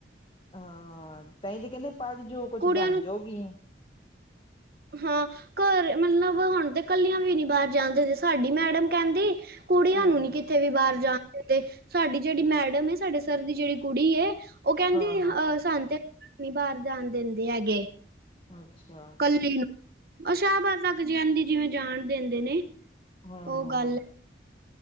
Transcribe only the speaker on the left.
ਹਾਂ-ਹਾਂ ਤਾਈਂ ਤੇ ਕਹਿੰਦੇ ਆ ਪੜ੍ਹ ਜੋ ਕੁਛ
ਬਣ
ਜੋਗੀ ਆ।
ਹਾਂ
ਹਾਂ ਹਾਂ
ਅੱਛਾ।
ਹਾਂ-
ਹਾਂ।